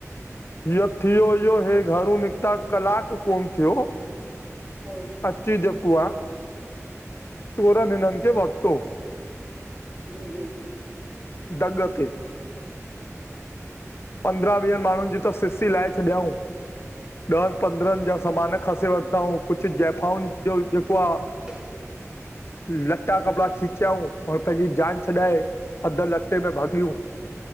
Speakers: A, on the left; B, on the right.
A: इहो थियो इहो हे घरू निकिता कलाकु कोन थियो।
B: हम्म,
A: अची जेको आ चोरन हिनिन खे वरतो
B: जी-जी
A: दॻ ते पंद्रहं वीह माण्हुनि ॼी त सिसी लाइ छॾियऊं। ॾहनि पंद्रहनि जा सामान खसी वरिताऊं कुझु जैफ़ाउनि जो जेको आ
B: <inaudible>
A: लटा कपिड़ा खिचयऊं ऐ पंहिंजी जान छॾाए अधु लटे में भॼियूं